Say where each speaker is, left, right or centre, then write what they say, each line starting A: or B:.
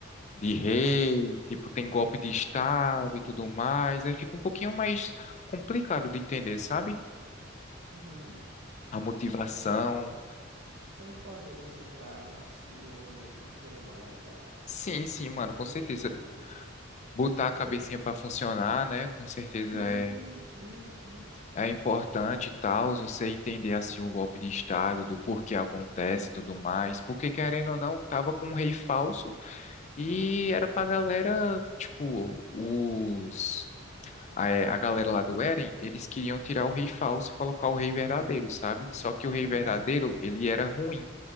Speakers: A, on the left; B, on the right.
A: de rei, tipo tem golpe de estado e tudo mais. Aí fica um pouquinho mais complicado de entender, sabe?
B: Uhum.
A: A motivação.
B: Acho que tem, acho que isso é importante, assim, para nosso desenvolvimento como ser humano, sabe?
A: Sim, sim, mano, com
B: Você
A: certeza.
B: vai aqui.
A: botar a cabecinha
B: aqui.
A: para funcionar, né? Com certeza
B: Sim,
A: é,
B: sim, sim.
A: é importante e tal, você entender assim o golpe de estado, do porquê acontece e tudo mais, porque querendo ou não, tava com um rei falso e era pra galera, tipo, os a, é, a galera lá do Eren, eles queriam tirar o rei falso e colocar o rei verdadeiro, sabe? Só que o rei
B: Uhum.
A: verdadeiro, ele era ruim.